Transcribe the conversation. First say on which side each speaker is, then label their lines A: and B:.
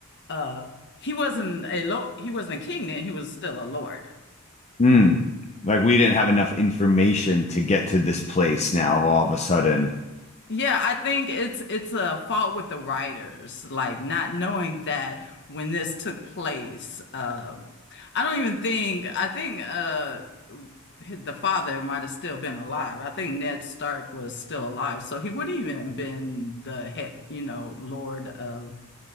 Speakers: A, on the left; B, on the left.
A: uh he wasn't a lord, he wasn't king then, he was still a lord.
B: Hmm. Like we didn't have enough information to get to this place now all of a sudden.
A: Yeah, I think it's it's a fault with the writers, like not knowing that when this took place. Um, I don't even think I think uh the father might have still been alive. I think Ned Stark was still alive, so he wouldn't even have been the head, you know, Lord of